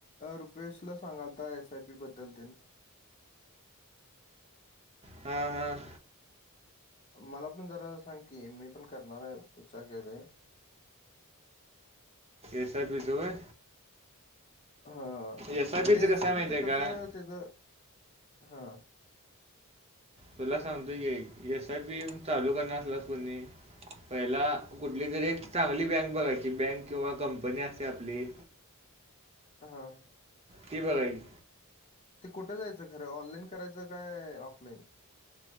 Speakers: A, on the left; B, on the right.
A: रुपवेशला सांगालता एस आय पी बद्दल तेन
B: हा, हा.
A: मला पण जरा सांग की, मी पण करणार आहे विचार केलय.
B: एस आय पी च व्हय?
A: हा,
B: एस आय पीचं
A: ते एसआयपीच
B: कसं आहे माहिती आहे
A: कसं
B: का
A: त्येज, हा.
B: तुला सांगतोय कि आइक, एस आय पी चालू करणार असलास कणी पहिला कुठली तरी एक चांगली बँक बघायची, बँक किंवा कंपनी असतीया आपली.
A: हा.
B: ती बघायची
A: ते कुठं जायचं खरं, ऑनलाईन करायचं काय ऑफलाईन?